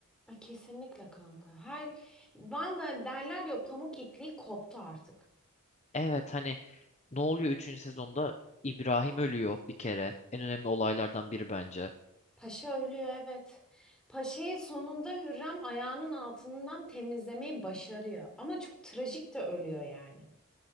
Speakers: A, in the centre; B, on the left (about 30°).
A: Ay, Kesinlikle kanka. Her vallahi derler ya pamuk ipliği koptu artık.
B: Evet hani ne oluyor üçüncü sezonda? İbrahim ölüyor bir kere. En önemli olaylardan biri bence.
A: Paşa ölüyor evet. Paşa'yı sonunda Hürrem ayağının altından temizlemeyi başarıyor. Ama çok trajik de ölüyor yani.